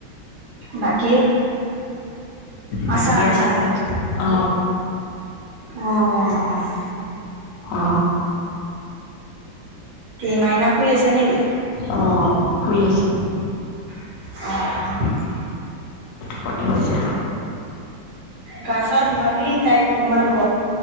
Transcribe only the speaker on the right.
বাকী
আছা আৰু
ভালে
অ'
কি মাইনা শুই আছে নেকি?
অ'।
গাছত ধোমাবি তাই ইমান